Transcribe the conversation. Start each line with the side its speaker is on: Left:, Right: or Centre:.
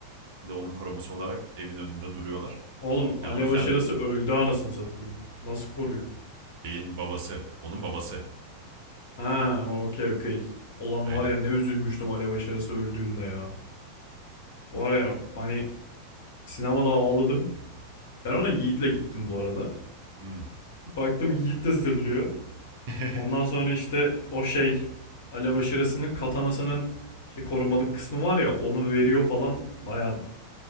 Right: Bir de onun koruması olarak evin önünde duruyorlar.
Left: Oğlum alev
Right: Yani o yüzden
Left: aşırısı öldü anasını satayım. Nasıl koruyor?
Right: şeyin babası, onun babası.
Left: Ha, okey okey. Olan
Right: Aynen.
Left: var ya ne üzülmüştüm alev aşırısı öldüğünde ya. Var ya hani sinemada ağladım. Ben ona Yiğit'le gittim bu arada.
Right: Hmm.
Left: Baktım Yiğit de zırlıyor.
Right: <laughs>
Left: Ondan sonra işte o şey Alev aşırısının katanasının şey korumalık kısmı var ya onu veriyor falan bayağı